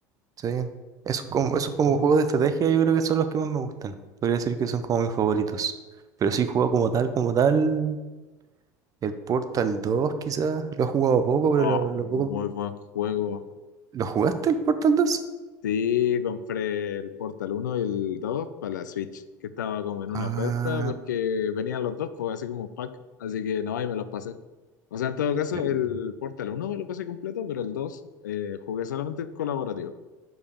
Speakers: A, on the right; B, on the left.
A: Sí. Esos como, esos como juegos de estrategia yo creo que son los que más me gustan. Podría decir que son como mis favoritos. Pero sí, juego como tal, como tal. El Portal dos, quizás. Lo he jugado poco,
B: Oh,
A: pero lo, lo poco...
B: muy buen juego.
A: ¿Lo jugaste el Portal dos.
B: Sí, compré el Portal uno y el 2 para la Switch, que estaba como en una
A: Ah,
B: oferta porque venían los dos, pues así como pack, así que no, ahí me los pasé. O sea, en todo caso,
A: eh,
B: el Portal uno me lo pasé completo, pero el 2 eh, jugué solamente el colaborativo.